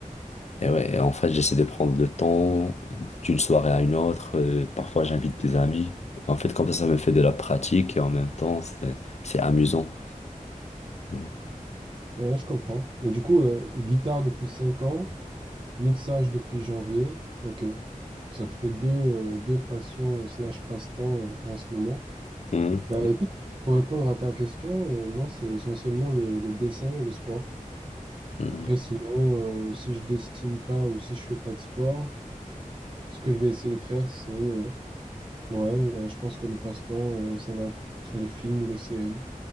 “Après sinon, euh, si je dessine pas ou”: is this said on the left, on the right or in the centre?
Right